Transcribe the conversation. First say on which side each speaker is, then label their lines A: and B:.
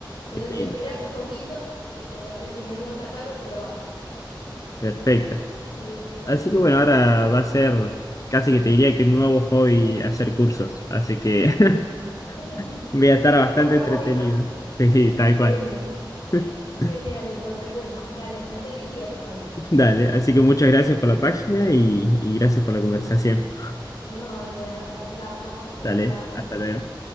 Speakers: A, on the left (about 75°); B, on the left (about 40°).
A: Entonces,
B: <laughs> Qué lindo.
A: si esperas un poquito, eh, a veces si uno está caro, te lo bajan.
B: Perfecto.
A: Sí,
B: Así
A: sí,
B: que bueno,
A: sí.
B: ahora va a ser casi que te diría que un nuevo hobby hacer cursos. Así que
A: <laughs>
B: <laughs> voy a estar bastante
A: Otro
B: entretenido.
A: hobby más.
B: Sí, tal cual.
A: Genial,
B: <laughs>
A: genial. Entonces, bueno, dale, anda eligiendo ahí.
B: <laughs> Dale, así que muchas gracias por la página y, y gracias por la conversación.
A: No, de nada, hablamos. Chao,
B: Dale,
A: chao.
B: hasta luego.